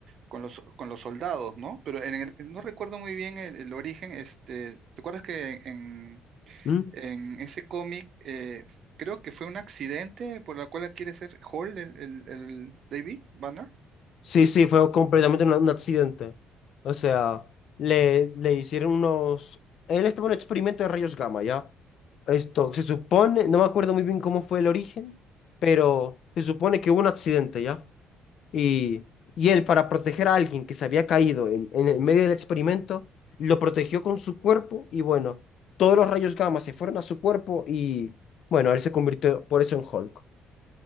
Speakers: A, on the right; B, on the left.
A: con los, con los soldados, ¿no? Pero en el- no recuerdo muy bien el, el origen, este, ¿te acuerdas que en,
B: ¿Mm?
A: En ese cómic, eh, creo que fue un accidente por la cual quiere ser Hall, el, el, el David Banner.
B: Sí, sí, fue completamente un, un accidente. O sea, le, le hicieron unos... Él estaba en un experimento de rayos gamma, ¿ya? Esto, se supone, no me acuerdo muy bien cómo fue el origen, pero se supone que hubo un accidente, ¿ya? Y, y él, para proteger a alguien que se había caído en, en el medio del experimento, lo protegió con su cuerpo y bueno, todos los rayos gamma se fueron a su cuerpo y bueno, él se convirtió por eso en Hulk.